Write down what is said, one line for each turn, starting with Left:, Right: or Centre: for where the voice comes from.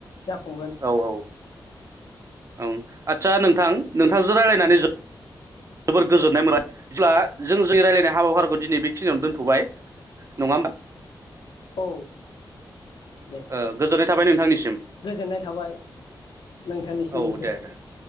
Left: जाफुंगोन
Right: औ औ ओं आदसा नोंथां नोंथांजों रायज्लायनानै जोबोद जोबोर गोजोननाय मोनबाय जेब्ला जों जोंनि रायज्लायनाय हाबाफारिखौ दिनै बेखिनियावनो दोनथ'बाय। नङा होमबा?
Left: औ दे
Right: ओ गोजोननाय थाबाय नोंथांनिसिम
Left: गोजोननाय थाबाय नोंथांनिसिमनिबो।
Right: औ दे दे